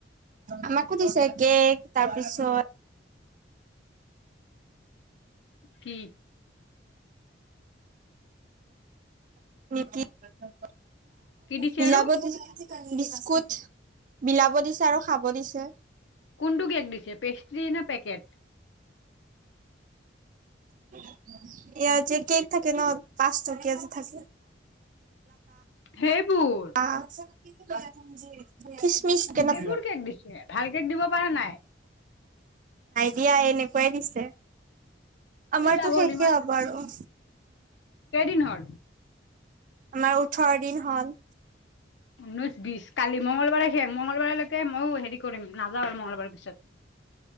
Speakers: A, on the right; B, on the left.
A: আমাকো দিছে কেক তাৰপিছত
B: কি? <inaudible>
A: নিমকি <unintelligible>
B: কি দিছে
A: বিলাব
B: আৰু
A: দিছে <unintelligible> বিস্কুট, বিলাব দিছে আৰু খাব দিছে। <unintelligible>
B: কোনটো কেক দিছে পেষ্ট্ৰি নে পেকেট
A: <unintelligible> ই যে কেক থাকে ন পাছ টকীয়া যে থাকে
B: হেবুল
A: অছে <unintelligible> খ্ৰচমিচ কে <unintelligible>
B: সেইবোৰ
A: নাই
B: কেক দিছে ভাল কেক দিব পৰা নাই
A: দিয়া এনেকুৱাই দিছে। আমাৰতো
B: কি লাভ হ'ল
A: শেষে হ'ব আৰু
B: কেদিন হল-
A: আমাৰ ওঠৰ দিন হ'ল
B: ঊনৈশ বিশ, কালি মঙ্লবাৰে শেষ, মঙলবাৰলৈকে ময়ো হেৰি কৰিম নাযাওঁ আৰু মঙগলবাৰৰ পিছত <inaudible>